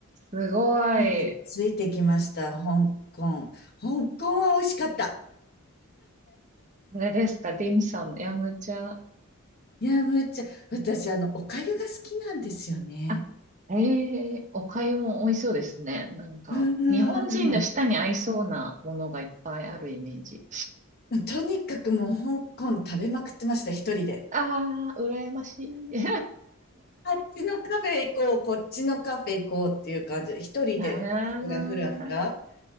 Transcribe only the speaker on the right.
すごい。
これですか、ディムサム、ヤムチャ。
あ、ええお粥も美味しそうですね。なんか、
日本人の舌に合いそうなものがいっぱいあるイメージ。
ああ、羨ましい。<laughs>
あー